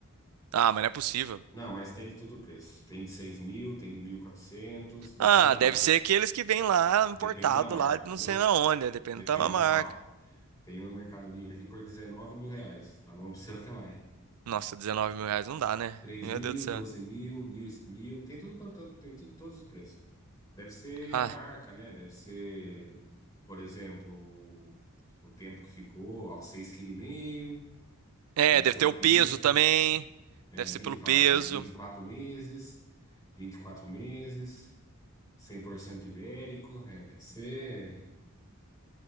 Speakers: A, on the right (about 75°); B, on the left (about 15°).
A: Ah, mas não é possível.
B: Não, mas tem de todo o preço. Tem de seis mil, tem de 1.400 depende
A: Ah,
B: da
A: deve
B: marca.
A: ser aqueles que vêm lá importado
B: Depende da marca,
A: lá de
B: entendeu?
A: não sei na onde, né? depende
B: Depende
A: da marca.
B: da. Ó, Tem um no Mercado Livre aqui por 19 mil reais. Tá bom? Pra você o que mais?
A: Nossa, dezenove mil reais não dá, né?
B: três
A: Meu
B: mil,
A: Deus do céu.
B: doze mil, mil, mil. Tem tudo quanto, tem tudo, todos os preços. Deve ser
A: Ah,
B: a marca, né? Deve ser, por exemplo, o o tempo que ficou, ó, 6,5 kg.
A: É,
B: Deve
A: deve
B: ser
A: ter
B: o
A: o
B: peso.
A: peso também.
B: É,
A: Deve
B: 20,
A: ser pelo
B: ó,
A: peso.
B: tem vinte e quatro meses, 24 meses, 100% ibérico. É, deve ser,